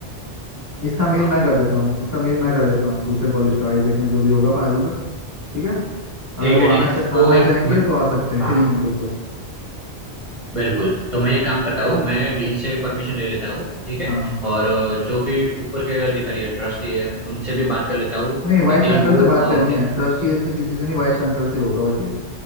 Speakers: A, on the right (about 15°); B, on the left (about 30°).
A: इसका मेल
B: हाँ
A: मैं कर देता हूँ इसका मेल मैं कर देता हूँ दूसरे कॉलेज का आइजेक में जो भी होगा पाजू का ठीक है अगर
B: ठीक
A: वो
B: है
A: आना
B: ठीक
A: चा,
B: है। तो
A: आना
B: एक
A: चाहेंगे
B: मैं-
A: तो आ सकते हैं
B: हाँ
A: फ्री में बिल्कुल
B: बिल्कुल तो मैं एक काम करता हूँ मैं डीन से परमिशन ले लेता हूँ ठीक है
A: हाँ
B: और अ, जो भी ऊपर के अधिकारी है ट्रस्टी है उनसे भी बात कर लेता हूँ
A: नहीं वाइस
B: ताकि
A: चांसलर
B: वो
A: से
B: अ,
A: बात करनी
B: अपने
A: है ट्रस्टी से किसी से नहीं वाइस चांसलर से होगा बस ये